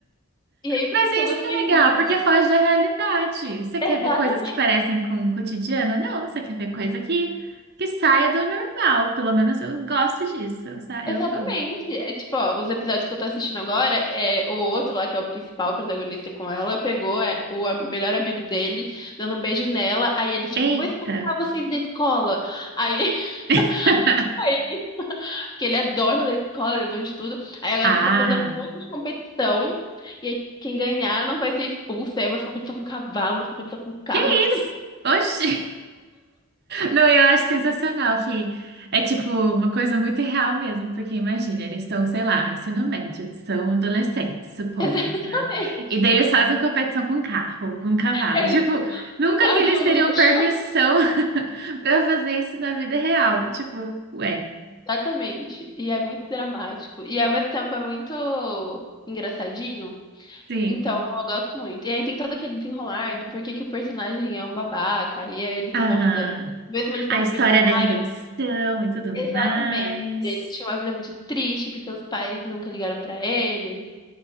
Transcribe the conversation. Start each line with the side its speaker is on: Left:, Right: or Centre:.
Left: E aí, por
Right: Mas
Left: isso
Right: é
Left: que eu
Right: isso
Left: gostei
Right: que é legal,
Left: muito.
Right: porque foge da realidade. Você
Left: Exatamente.
Right: quer ver coisas que parecem com o cotidiano? Não, você quer ver coisa que, que saia do normal. Pelo menos eu gosto disso. Eu, sa-
Left: Exatamente.
Right: eu gosto.
Left: É tipo, ó, os episódios que eu tô assistindo agora, é o outro lá, que é o principal protagonista com ela, pegou é, o am- melhor amigo dele, dando um beijo nela, aí ele, tipo,
Right: Eita!
Left: vou expulsar vocês da escola. Aí,
Right: <laughs>
Left: <laughs> Porque ele é dono da escola, ele é dono de tudo. Aí agora
Right: Ah!
Left: eles estão fazendo um monte de competição. E aí quem ganhar não vai ser expulso. Aí é umas competição com cavalo, umas competição com carro.
Right: Que isso?
Left: umas-
Right: Oxi! Não, eu acho sensacional que é tipo uma coisa muito real mesmo, porque imagina, eles estão, sei lá, no ensino médio, são adolescentes, supomos,
Left: <laughs> Exatamente.
Right: né? E daí eles fazem competição com carro, com cavalo.
Left: É Eles
Right: <laughs> Tipo, nunca
Left: com um carro
Right: que eles
Left: de
Right: teriam
Left: luxo.
Right: permissão <laughs> para fazer isso na vida real. Tipo, ué,
Left: Exatamente. E é muito dramático. E ao mesmo tempo é muito engraçadinho.
Right: sim.
Left: Então, eu gosto muito. E aí tem todo aquele desenrolar do porquê que o personagem é um babaca. E aí ele tem
Right: Aham.
Left: uma vida. Mesmo ele sendo
Right: A história
Left: bilionário.
Right: da redenção e tudo
Left: Exatamente.
Right: mais.
Left: Ele tinha uma vida muito triste porque os pais nunca ligaram pra ele.